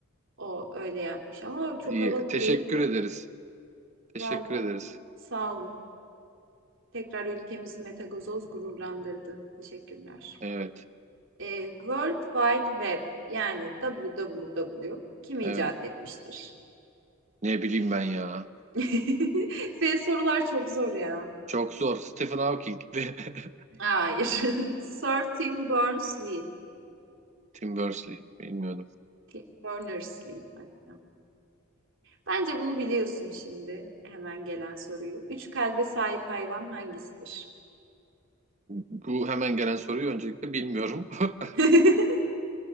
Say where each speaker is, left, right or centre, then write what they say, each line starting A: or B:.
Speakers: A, on the right; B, on the right.
A: O öyle yapmış ama çok
B: İyi.
A: havalı
B: Teşekkür
A: değil mi?
B: ederiz. Teşekkür
A: Vallahi
B: ederiz.
A: sağ olun. Tekrar ülkemizi Mete Gazoz gururlandırdı. Teşekkürler.
B: Evet,
A: E, World Wide Web yani WWW kim icat
B: evet.
A: etmiştir?
B: Ne bileyim ben ya.
A: <laughs> Senin sorular çok zor ya.
B: Çok zor. Stephen Hawking <laughs>
A: Hayır. <laughs> Sir Tim Berners-Lee.
B: Tim Berners-Lee. Bilmiyordum.
A: Tim Berners-Lee hatta. Bence bunu biliyorsun şimdi. Hemen gelen soruyu. Üç kalbe sahip hayvan hangisidir?
B: Bu hemen gelen soruyu öncelikle bilmiyorum. <laughs>
A: <laughs>